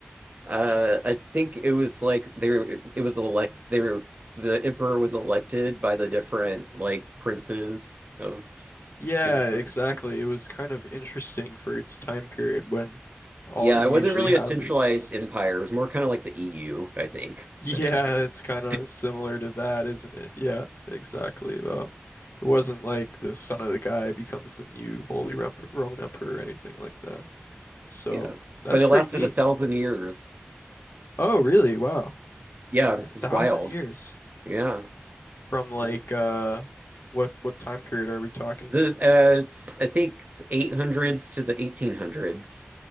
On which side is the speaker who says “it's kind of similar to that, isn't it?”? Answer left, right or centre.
Left